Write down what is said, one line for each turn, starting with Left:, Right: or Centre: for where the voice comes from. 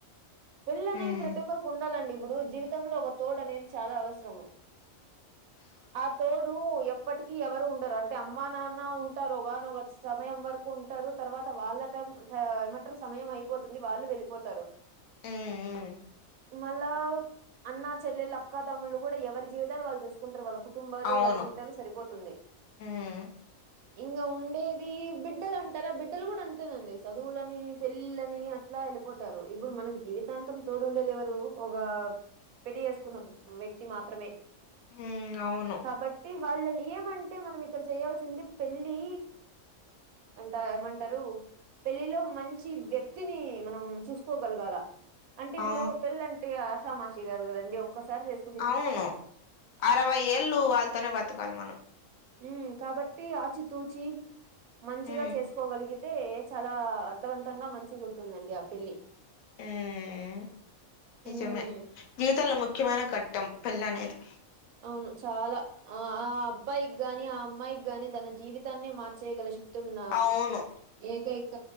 Right: పెళ్లనేది
Left: మ్మ్
Right: ప్రతి ఒక్కరు కుండాలండి ఇబ్బుడు జీవితంలో ఒక తోడనేది చాలా అవస్రము ఆ తోడు ఎప్పటికి ఎవరు ఉండరు అంటే అమ్మా నాన్న ఉంటరు ఒగానొగ సమయం వర్ ఉంటరు తర్వాత వాళ్ళ టై ఆ ఏమంటరు సమయం అయిపోతుంది వాళ్ళు వెళ్ళిపోతారు
Left: మ్మ్
Right: మళ్ళా అన్నా చెల్లెలు అక్క తమ్ముళ్ళు గూడా ఎవరి జీవితాన్నీ వాళ్ళు చూస్ కుంటరు వాళ్ళ కుటుంబాలు
Left: అవును
Right: వాళ్ళ జీవితాలు సరిపోతుంది
Left: మ్మ్
Right: ఇంగ ఉండేది బిడ్డలు అంటరా బిడ్డలు గూడా అంతేనండి చదువులని పెళ్ళిని అ అట్లా ఎళ్ళిపోతారు ఇప్పుడు మనకి జీవితాంతం తోడుండేది ఎవరు ఒక గా పెళ్లి చేసుకున్న వ్యక్తి మాత్రమే
Left: ఉ అవును
Right: కాబట్టి వాళ్ళని ఏమంటే మనం ఇక్కడ చేయాల్సింది పెళ్ళి అంటా ఏమంటారు పెళ్ళిలో మంచి వ్యక్తిని మనం చూసుకోగలగాల అంటే ఇప్పుడు
Left: ఆ
Right: పెళ్ళి అంటే ఆషామాషి గాదు గదండి ఒక్కసారి చేస్క్
Left: అవును అరవై ఏళ్ళు వాళ్ళతోనే బతకాలి మనం
Right: ఉ కాబట్టి ఆచితూచి మంచిగా
Left: మ్మ్
Right: చేసుకోగలిగి అయితే చాలా అర్ధవంతంగా మంచిగా ఉంటుందండి ఆ పెళ్ళి
Left: మ్మ్ నిజమే
Right: ఉమ్
Left: జీవితంలో ముఖ్యమైన ఘట్టం పెళ్లి అనేది
Right: అవును చాలా ఆ ఆ అబ్బాయికి గాని ఆ అమ్మాయికి గాని తన జీవితాన్ని మార్చేయగల శక్ తున్న
Left: అవును
Right: ఏకైక